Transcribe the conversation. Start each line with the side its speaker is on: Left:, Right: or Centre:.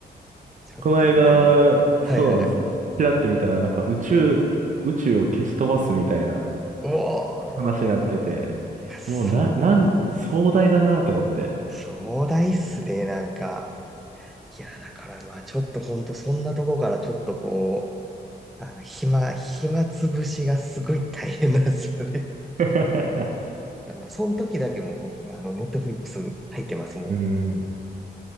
Centre: ちょっと見るの。
Right: この間、
Centre: はいはい。
Right: そうなんですよ。ちらって見たら、なんか宇宙、宇宙を消し飛ばすみたいな
Centre: おお、
Right: 話になってて、
Centre: なんかそう、
Right: もうな、なん、壮大だなと思って。
Centre: 壮大っすね、なんか。いや、だからまあちょっとほんとそんなとこからちょっとこう、あの、暇、暇つぶしがすごい大変なんですよね。
Right: <laughs>
Centre: だからもうその時だけもう僕があの、ネットフリックス入ってます、もう。
Right: うん。